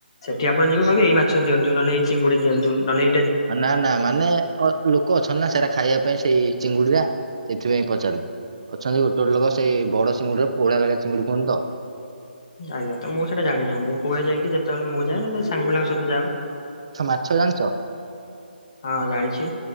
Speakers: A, on the left; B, on the right.
A: ସେଠି ଆପଣ ଯିବେ କହିବେ ଏଇ ମାଛ ଦିଅନ୍ତୁ। ନହେଲେ ଏଇ ଚିଙ୍ଗୁଡିି ଦିଅନ୍ତୁ। ନହଲେ
B: ନାଁ ନାଁ ମାନେ ଅ ଲୋକ ଅଛନ୍ତି ନା ସେଟା ଖାଇବା ପାଇଁ ସେଇ ଚିଙ୍ଗୁଡିଡା। ସେଇଥିପାଇଁ ପଚାରିବୁ ଅଛନ୍ତି ଗୋଟେ ଗୋଟେ ଲୋକ ସେଇ ବଡ ଚିଙ୍ଗୁଡିର ପୋହଳା କାଳିଆ ସିଙ୍ଗୁଡି କୁହନ୍ତି ତ।
A: ଆଜ୍ଞା ତ ମୁଁ ସେଇଟା ଜାଣିନି। ମୁଁ କୁହାଯାଇକି ଯେତେବେଳେ ମୁଁ ଯାଏ ନହଲେ ସାଙ୍ଗଙ୍କ ସ ଯାଅ।
B: ମିଛ ଜାଣିଛ।
A: ହଁ ଜାଣିଛି।